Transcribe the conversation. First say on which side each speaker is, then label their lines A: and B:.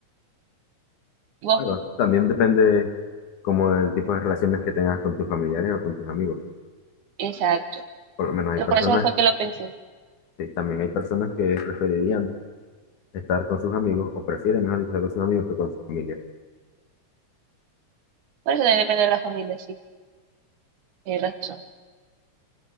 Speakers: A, on the right; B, on the left.
A: Vos,
B: Claro, también depende como el tipo de relaciones que tengas con tus familiares o con tus amigos.
A: exacto.
B: Por lo menos hay
A: Pero
B: personas,
A: por eso fue que lo pensé.
B: que- también hay personas que preferirían estar con sus amigos o prefieren mejor estar con sus amigos que con su familia.
A: Por eso también depende de la familia, sí, tienes razón.